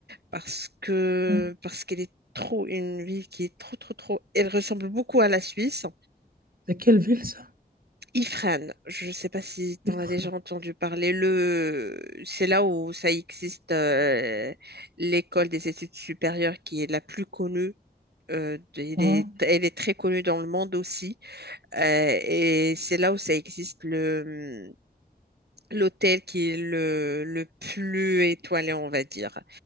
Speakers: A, on the right (about 85°); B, on the right (about 65°).
A: parce que
B: hein.
A: parce qu'elle est trop une ville qui est trop trop trop. Elle ressemble beaucoup à la Suisse.
B: C'est quelle ville ça?
A: Ifrane, je ne sais pas si tu
B: Ypres,
A: en as déjà entendu parler. Le, c'est là où ça existe euh, l'école des études supérieures qui est la plus connue. euh, elle
B: hein,
A: est, elle est très connue dans le monde aussi. Euh, et c'est là où ça existe le l'hôtel qui est le, le plus étoilé, on va dire.